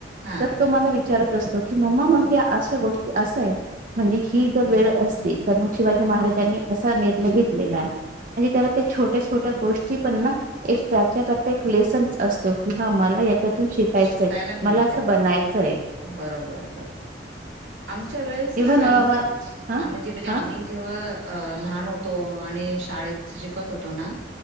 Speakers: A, on the right; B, on the right.
A: हा
B: तर तो मला विचार असतो की मम्मा मग अशा गोष्टी असा आहे म्हणजे ही जर वेळ असते तर मग शिवाजी महाराज त्यांनी असा निर्णय घेतलेला म्हणजे त्याला त्या छोट्या छोट्या गोष्टी पण ना एक त्याच्या करता एक लेसन असतो. कि हा मला याच्यातून शिकायचंय
A: शिकायला मिळतय
B: मला असं बनायचंय.
A: बरोबर आम्ही
B: इव्हन हा
A: म्हणजे आम्ही
B: हा
A: जेव्हा अ लहान होतो आणि शाळेत शिकत होतो ना